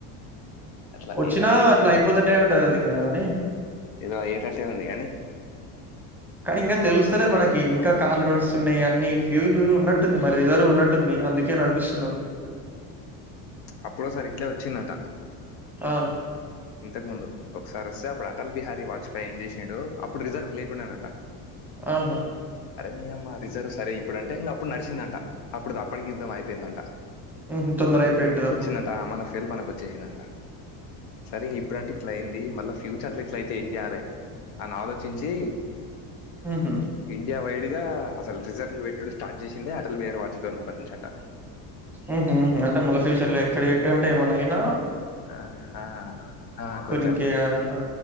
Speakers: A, on the left; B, in the centre.
A: అట్లా
B: వచ్చినా
A: ఏదో అయేటట్టే
B: అట్లా అయిపోతూనే
A: ఉందినీ
B: ఉంటదది ఇంగదని.
A: ఏదో అయ్యేటట్టే ఉంది కానీ
B: కానీ ఇంకా తెలుస్తలే మనకి ఇంకా కార్లు నడుస్త స్తున్నాయి అన్ని ఫ్యూల్ ఉన్నట్టుంది మరి రిజర్వ ఉన్నట్టుంది అందుకే నడిపిస్తున్నారు
A: అప్పుడసారి ఇట్లే వచ్చిందట
B: ఆ
A: ఇంతకు ముందు ఒకసారి వస్తే అప్పుడు అటల్ బిహారీ వాజ్పేయి ఏం చేసి ఉండు అప్పుడు రిజర్వ్ లేకుండానంట
B: ఆహా
A: నీమ రిజర్వ్ సరే ఇప్పుడు అంటే ఇంక అప్పుడు నడిచందంట అప్పుడు అప్పటికి యుద్దం అయిపోయిందంట
B: హుహు. తొందర అయిపోయింటది అప్పుడు.
A: వచ్చిందంట మన ఫేల్ మన వచ్చి చేసినంత సరే ఇప్పుడుంటే ఇట్లా అయ్యింది మళ్ళా ఫ్యూచర్ లో ఇట్ల అయితే ఏం చేయ్యాలే అని ఆలోచించి
B: హుహు.
A: ఇండియా వైడ్ ఇగా అసలు రిజల్ట్ పెట్టుడు స్టార్ట్ చేసిందే అటల్ బిహారీ వాజ్పేయి ఉన్నప్పటి నుంచంట
B: ఉమ్ హు హుం అంటే మళ్ళ ఫ్యూచర్ లో ఎక్కడ అంటే ఏమన్నయినా
A: ఆ ఆ ఆ కొంచెం
B: ఇంకే అట్లా.